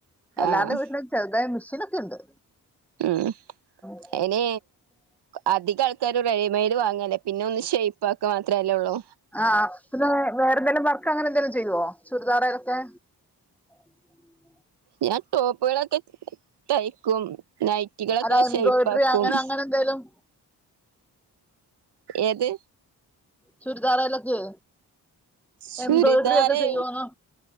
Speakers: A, in the centre; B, on the right.
A: എല്ലാർടെയും
B: ആഹ്
A: വീട്ടില് ചെറുതായി മിഷൻ നൊക്കെ ഉണ്ട്
B: ഉം
A: ആ.
B: അയിന് അധികം ആൾക്കാരും റെഡിമൈഡ് വാങ്ങല്ലേ പിന്നെ ഒന്ന് ഷേയ്പ്പാക്കാൻ മാത്രയല്ലേ ഉള്ളൂ
A: ആ പിന്നെ വേറെന്തെലും വർക്ക് അങ്ങനെ എന്തെങ്കിലും ചെയ്യുവോ ചുരിദാറെലൊക്കെ <inaudible>
B: ഞാൻ ടോപ്പുകളൊക്കെ തയ്ക്കും നൈറ്റികളൊക്കെ
A: അല്ല എംബ്രോയിഡറി
B: ഷെയ്പ്പാക്കും
A: അങ്ങനെ അങ്ങനെ എന്തേലും
B: ഏത്
A: ചുരിദാറെലൊക്കെ
B: ചുരിദാറ്
A: എംബ്രോയ്ഡറി ഒക്കെ ചെയ്യുവോന്ന്